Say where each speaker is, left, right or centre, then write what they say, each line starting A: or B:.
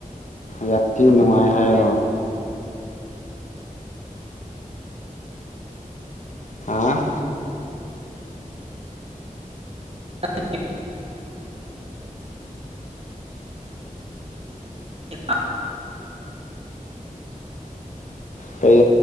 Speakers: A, on the left; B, on the right.
A: ꯌꯥꯝꯊꯤ ꯅꯨꯡꯉꯥꯏ ꯍꯥꯏꯔꯣ ꯍꯥ
B: ꯎ <inaudible> ꯌꯥ <inaudible>
A: ꯀꯩ